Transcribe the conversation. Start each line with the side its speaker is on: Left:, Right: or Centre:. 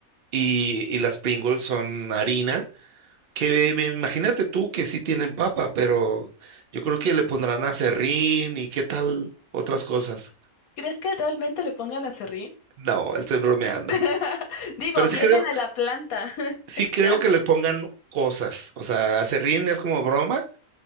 Right: Y, y las Pringles son harina, que me- imagínate tú que sí tienen papa, pero yo creo que le pondrán aserrín y qué tal otras cosas.
Left: ¿Crees que realmente le pongan aserrín?
Right: No, estoy bromeando.
Left: <laughs> Digo,
Right: Pero
Left: viene
Right: sí creo.
Left: de la planta. <laughs>
Right: sí
Left: Es
Right: creo
Left: planta.
Right: que le pongan cosas. O sea, aserrín es como broma